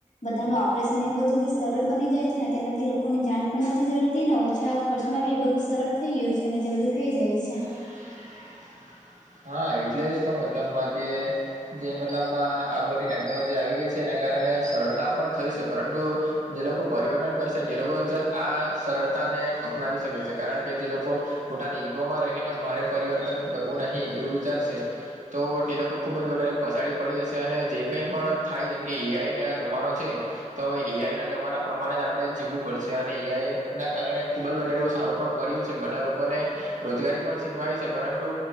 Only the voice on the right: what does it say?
<inaudible> હા એટલે જ તો મતલબમાં કે જે મતલબમાં આ બધી ટેકનોલોજી આવી ગઈ છે એના કારણે સરળતા પણ થઈ છે પરંતુ જે લોકો પરિવર્તન કરશે તે લોકો જ આ સરળતાને અપનાવી શકે છે કારણ કે જે લોકો પોતાને ઈગોમાં રહીને મારે પરિવર્તન કરવું નહી એવું વિચારશે તો તે લોકો ખૂબ જ વધારે પસાડી પડી જશે અને જે કંઈ પણ થાય જેમ કે એઆઈને આ જમાનો છે. તો હવે એઆઈ ના જમાના પ્રમાણે જ આપડે જીવવું પડશે અને એઆઈ ના કારણે ખુબ જ વધારે એવો સારો પણ પડ્યું છે બધા લોકોને રોજગારી પણ છીનવાય છે, પરંતુ